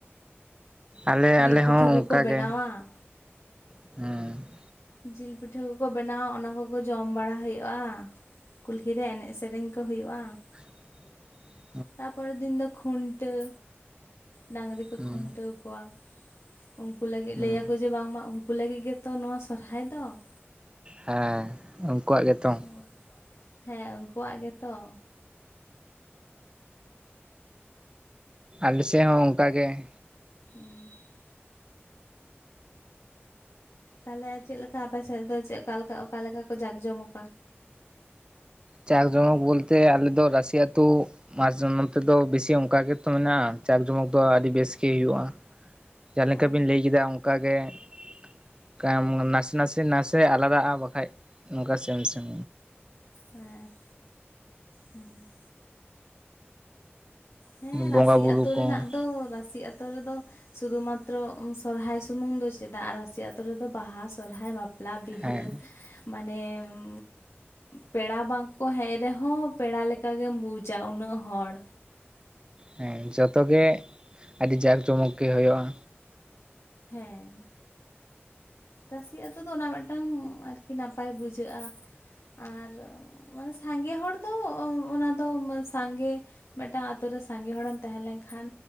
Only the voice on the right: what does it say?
ᱟᱞᱮ
ᱟᱞᱮ
ᱦᱚᱸ
ᱚᱱᱠᱟᱜ
ᱜᱮ ᱾ ᱦᱩᱸ ᱾
<inaudible>
ᱦᱩᱸ
ᱦᱩᱸ
ᱦᱮᱸ ᱩᱱᱠᱩᱣᱟᱜ ᱜᱮᱛᱚ ᱾
ᱟᱞᱮ ᱥᱮᱫ ᱦᱚᱸ ᱚᱱᱠᱟ ᱜᱮ ᱾
ᱪᱟᱠ ᱡᱚᱢᱚᱠ ᱵᱚᱞᱛᱮ ᱟᱞᱮ ᱫᱚ ᱨᱟᱥᱤ ᱟᱛᱳ ᱢᱟᱨᱥ <unintelligible> ᱱᱚᱱᱛᱮ ᱫᱚ ᱵᱮᱥᱤ ᱚᱱᱠᱟ ᱜᱮᱛᱚ ᱢᱮᱱᱟᱜ-ᱟ ᱡᱟᱠ ᱡᱚᱢᱚᱠ ᱫᱚ ᱟᱹᱰᱤ ᱵᱮᱥ ᱜᱮ ᱦᱩᱭᱩᱜ-ᱟ ᱾ ᱡᱟᱦᱟᱸ ᱞᱮᱠᱟ
ᱵᱤᱱ ᱞᱟᱹᱭ ᱠᱮᱫᱟ ᱚᱱᱠᱟ ᱜᱮ ᱾ ᱠᱟᱢ ᱱᱟᱥᱮ ᱱᱟᱥᱮ ᱱᱟᱥᱮ ᱟᱞᱟᱫᱟᱜ-ᱟ ᱵᱟᱠᱷᱟᱡ ᱱᱚᱝᱠᱟ ᱥᱮᱢ ᱥᱮᱱ
ᱵᱚᱸᱜᱟ ᱵᱩᱨᱩ
ᱠᱚ
ᱦᱮᱸ
ᱦᱮᱸ ᱡᱚᱛᱚ ᱜᱮ ᱟᱹᱰᱤ ᱡᱟᱠ ᱡᱚᱢᱚᱠ ᱜᱮ ᱦᱩᱭᱩᱜ-ᱟ